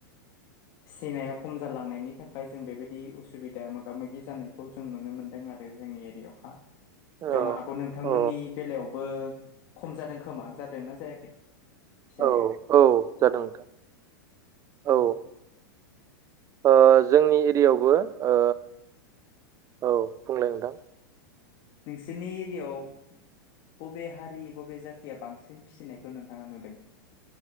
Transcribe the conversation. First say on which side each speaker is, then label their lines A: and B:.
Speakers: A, on the left (about 50°); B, on the right (about 30°).
A: फिसिनाया खम जालांनायनि थाखाय जों बेबायदि उसुबिदा मोगा मोगि जानायखौ जों नुनो मोनदों आरो। जोंनि एरियावहा।
B: औ
A: जानो हागौ नोंथांमोननि
B: औ
A: बेलायावबो खम जादों खोमा जादोंना जायाखै? फिसिनाया
B: औ औ जादों नोंथां।
A: उम
B: औ ओ जोंनि एरियायावबो ओ औ बुंलाय नोंथां?
A: नोंसोरनि एरियाआव बबे हारि बबे जातिया बांसिन फिसिनायखौ नोंथाङा नुदों? <inaudible>